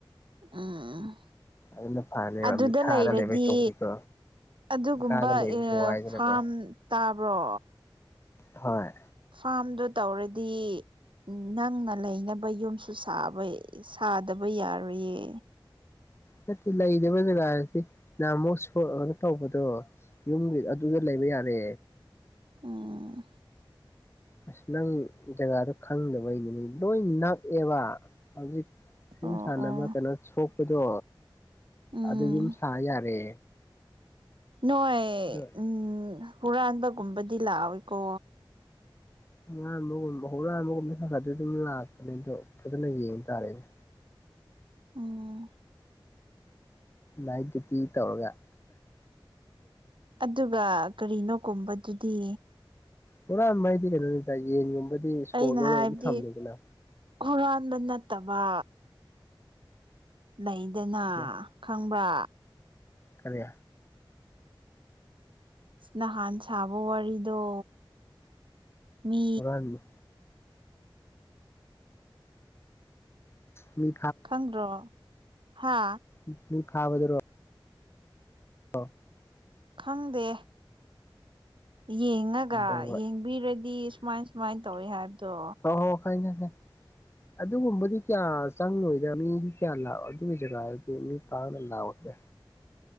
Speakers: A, on the right (about 70°); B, on the left (about 30°).
A: ꯎꯝ ꯎꯝ
B: ꯑꯗꯨꯅ ꯐꯅꯦꯕ
A: ꯑꯗꯨꯗ
B: ꯃꯤꯈꯥꯗ
A: ꯂꯩꯔꯗꯤ
B: ꯂꯩꯕ ꯁꯔꯨꯛꯄꯨꯗꯤꯀꯣ
A: ꯑꯗꯨꯒꯨꯝꯕ
B: ꯃꯤꯈꯥꯗ ꯂꯩꯕꯁꯨ ꯋꯥꯏꯗꯅꯀꯣ
A: ꯐꯥꯔꯝ ꯇꯥꯕ꯭ꯔꯣ
B: ꯍꯣꯏ
A: ꯐꯥꯔꯝꯗꯣ ꯇꯧꯔꯗꯤ ꯅꯪꯅ ꯂꯩꯅꯕ ꯌꯨꯝꯁꯨ ꯁꯥꯕ ꯁꯥꯗꯕ ꯌꯥꯔꯣꯏꯌꯦ
B: ꯅꯠꯇꯦ ꯂꯩꯕ ꯖꯒꯥꯁꯤꯗꯤ ꯌꯥꯝ ꯃꯣꯠ ꯁꯣꯛꯑꯒ ꯇꯧꯕꯗꯣ ꯌꯨꯝꯒꯤ ꯑꯗꯨꯗ ꯂꯩꯕ ꯌꯥꯔꯦ
A: ꯎꯝ
B: ꯑꯁ ꯅꯪ ꯖꯒꯥꯗꯨ ꯈꯪꯗꯕꯩꯅꯤꯅꯦ ꯂꯣꯏ ꯅꯛꯑꯦꯕ ꯍꯧꯖꯤꯛ ꯌꯨꯝ
A: ꯑꯣ ꯑꯣ
B: ꯁꯥꯟꯅꯕ ꯀꯩꯅꯣ ꯁꯣꯛꯄꯗꯣ
A: ꯎꯝ
B: ꯑꯗꯨꯗ ꯌꯨꯝ ꯁꯥ ꯌꯥꯔꯦ
A: ꯅꯣꯏ
B: ꯑꯗꯣ
A: ꯎꯝ ꯍꯨꯔꯥꯟꯕꯒꯨꯝꯕꯗꯤ ꯂꯥꯛꯑꯣꯏꯀꯣ
B: ꯍꯨꯔꯥꯟꯕꯒꯨꯝꯕ ꯍꯨꯔꯥꯟꯕꯒꯨꯝꯕꯗ ꯈꯔ ꯈꯔꯗꯤ ꯑꯗꯨꯝ ꯂꯥꯛꯄꯅꯦ ꯑꯗꯣ ꯐꯖꯅ ꯌꯦꯡ ꯇꯥꯔꯦꯅꯦ
A: ꯎꯝ
B: ꯂꯥꯏꯠ ꯗꯗꯨꯌꯇꯤ ꯇꯧꯔꯒ
A: ꯑꯗꯨꯒ ꯀꯔꯤꯅꯣ ꯀꯨꯝꯕꯗꯨꯗꯤ
B: ꯍꯨꯔꯥꯟꯕ ꯍꯥꯏꯗꯤ ꯀꯩꯅꯣꯅꯤꯗ ꯌꯦꯟꯒꯨꯝꯕꯗꯤ ꯁꯣ
A: ꯑꯩꯅ
B: ꯂꯣꯟ
A: ꯍꯥꯏꯕꯗꯤ
B: ꯂꯒ ꯑꯗꯨꯝ ꯊꯝꯃꯤꯗꯅ
A: ꯍꯨꯔꯥꯟꯕ ꯅꯠꯇꯕ ꯂꯩꯗꯅ
B: ꯁꯦ
A: ꯈꯪꯕ꯭ꯔꯥ
B: ꯀꯔꯤ
A: ꯅꯍꯥꯟ ꯁꯥꯕ ꯋꯥꯔꯤꯗꯣ ꯃꯤ
B: ꯍꯨꯔꯥꯟꯕ ꯃꯤ
A: ꯈꯪꯗ꯭ꯔꯣ ꯍꯥ
B: <unintelligible> ꯈꯥꯕꯗꯨꯔꯣ <unintelligible>
A: ꯈꯪꯗꯦ ꯌꯦꯡꯉꯒ
B: ꯍꯣꯏ ꯍꯣꯏ
A: ꯌꯦꯡꯕꯤꯔꯗꯤ ꯁꯨꯃꯥꯏ ꯁꯨꯃꯥꯏꯅ ꯇꯧꯋꯤ ꯍꯥꯏꯕꯗꯣ
B: ꯍꯣ ꯍꯣ ꯈꯪꯉꯦ
A: <inaudible>
B: ꯑꯗꯨꯒꯨꯝꯕꯗꯤ ꯀꯌꯥ ꯆꯪꯉꯣꯏꯗ ꯃꯤ ꯀꯌꯥ ꯂꯥꯛꯑꯣꯏ ꯑꯗꯨꯒꯤ ꯖꯒꯥꯗꯨꯗꯤ ꯃꯤ ꯄꯥꯡꯅ ꯂꯥꯛꯑꯣꯏꯗ